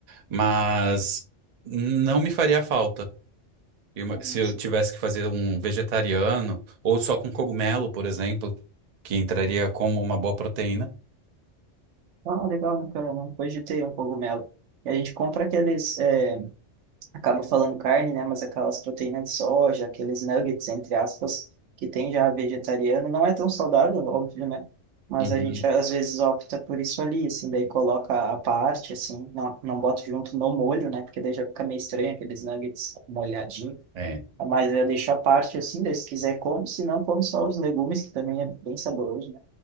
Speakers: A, on the right (about 55°); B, on the right (about 75°).
A: mas não me faria falta. E uma-
B: não.
A: se eu tivesse que fazer um vegetariano, ou só com cogumelo, por exemplo, que entraria como uma boa proteína.
B: Ah, legal, nunca, não cogitei um cogumelo. E a gente compra aqueles, é, acaba falando carne, né? Mas aquelas proteínas de soja, aqueles nuggets, entre aspas, que tem já vegetariano. Não é tão saudável, óbvio, né? Mas
A: Uhum.
B: a gente às vezes opta por isso ali, assim, daí coloca à parte, assim, não, não bota junto no molho, né? Porque daí já fica meio estranho aqueles nuggets molhadinho.
A: É.
B: Mas eu deixo à parte, assim, daí se quiser come, se não come só os legumes, que também é bem saboroso, né?